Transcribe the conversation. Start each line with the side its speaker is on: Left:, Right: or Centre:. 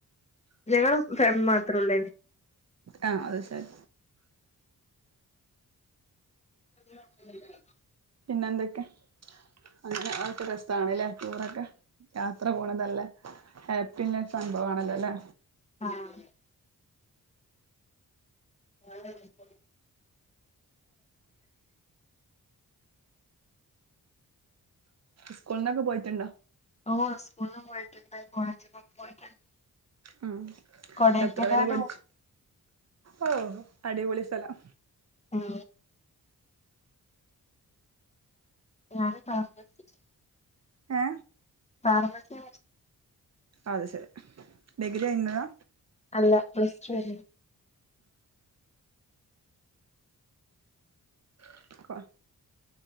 Left: ഞങ്ങള് ഫം മാത്ര ഉള്ളെര്ന്ന്
Right: ആഹ അത ശരി
Left: <unintelligible>
Right: പിന്നെന്തൊക്കെ അങ്ങനെ അത്‌ ഒക്കെ രസാണ്ല്ലേ ടൂറൊക്കെ യാത്ര പോണതല്ലേ ഹാപ്പി ഇള്ള സംഭവ ആണല്ലോ അല്ലേ
Left: ആഹ <unintelligible>
Right: സ്കൂളിന്നൊക്കെ പോയിട്ടുണ്ടോ
Left: ഓ സ്കൂളിനും പോയിട്ടുണ്ട് കോളജിനും പോയിട്ടുണ്ട്
Right: ഉം
Left: കൊടൈക്കനാലും
Right: എത്ര വേരെ പഠിച്ചു ഓ അടിപൊളി സ്ഥലം
Left: ഉം ഞാന് <unintelligible>
Right: ഏ
Left: പറമ്മെത്തെ
Right: അത ശരി ഡിഗ്രി കയ്ന്നതാ
Left: അല്ല പ്ലസ് ടു വരെ
Right: <unintelligible>